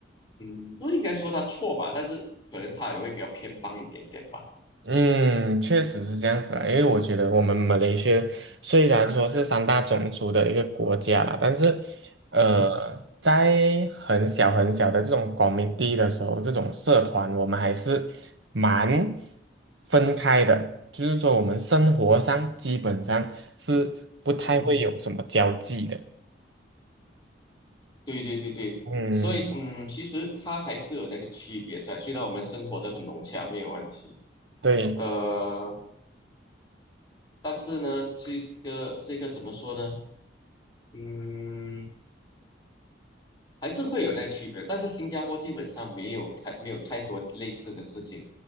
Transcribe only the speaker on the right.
嗯，确实是这样子啊，因为我觉得我们马来西亚虽然说是三大种族的一个国家啦，但是，呃，
在很小很小的这种 c o m m i t 的时候，这种社团，我们还是蛮分开的，就是说我们生活上基本上是不太会有什么交际的。
嗯，
对。